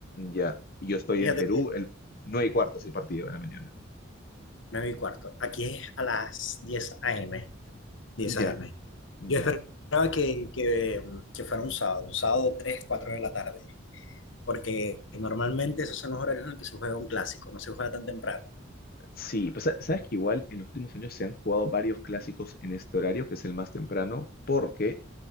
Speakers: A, on the left (about 50°); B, on the left (about 70°).
A: ya. Y Yo estoy
B: Fíjate
A: en Perú,
B: que
A: el 9 y cuarto es el partido de la mañana.
B: 9 y cuarto. Aquí es a las diez a m diez
A: Ya,
B: a m
A: ya.
B: Yo esperaba que, que, que fuera un sábado, un sábado 3 4 de la tarde, porque normalmente esos son los horarios en los que se juega un clásico, no se juega tan temprano.
A: Sí, pues sa- sabes que igual en los últimos años se han jugado varios clásicos en este horario, que es el más temprano, porque